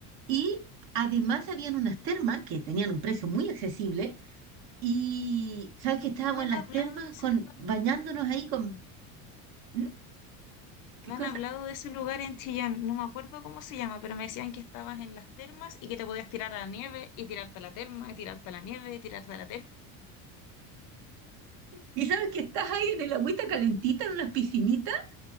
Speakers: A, on the right (about 65°); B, on the left (about 55°).
A: Y además habían unas termas que tenían un precio muy accesible y sabes que estábamos
B: Sí me han
A: en las
B: hablado
A: termas
B: de ese
A: con,
B: lugar,
A: bañándonos ahí con... ¿Mm?
B: me
A: ¿Qué cosa?
B: han hablado de ese lugar en Chillán, no me acuerdo cómo se llama, pero me decían que estabas en las termas y que te podías tirar a la nieve y tirarte a la terma y tirarte a la nieve y tirarte a la terma.
A: Y sabes que estás ahí en el agüita calentita, en unas piscinitas